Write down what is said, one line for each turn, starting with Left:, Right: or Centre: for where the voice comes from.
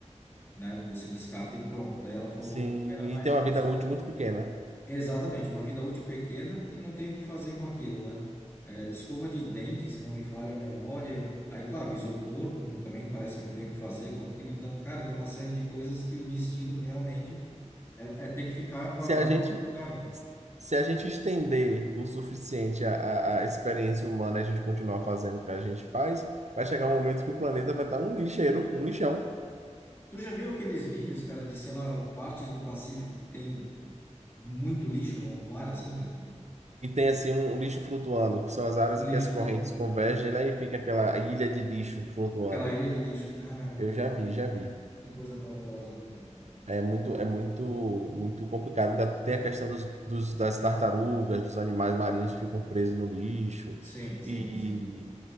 Left: né? Você descarta e pronto. Daí ela falou,
Right: Sim,
Left: o que que era mais
Right: e tem
Left: que
Right: uma vida
Left: isso?
Right: útil muito pequena.
Left: Exatamente, uma vida útil pequena e não tem o que fazer com aquilo, né? É, escova de dente, se não me falha a memória. Aí, claro, isopor hum, também parece que não tem o que fazer com aquilo. Então, cara, tem uma série de coisas que o destino realmente é, é ter que ficar guardado
Right: se a gente
Left: em algum lugar, né?
Right: se a gente estender o suficiente a, a, a experiência humana, e a gente continuar fazendo o que a gente faz, vai chegar um momento que o planeta vai estar um lixeiro, um lixão.
Left: Tu já viu aqueles vídeos, cara, de, sei lá, partes do Pacífico que tem muito lixo no, no mar, assim, cara?
Right: E tem assim um, um lixo flutuando, que são as áreas
Left: Um
Right: em
Left: lixo,
Right: que as correntes
Left: flu-
Right: convergem, né? E fica aquela ilha de lixo flutuando.
Left: aquela ilha de lixo. Cara, que,
Right: Eu já vi, já vi.
Left: que coisa pavorosa, né, cara?
Right: É muito, é muito, muito complicado. Ainda tem a questão dos, dos- das tartarugas, dos animais marinhos que ficam presos no lixo.
Left: Sim, sim,
Right: E
Left: sim.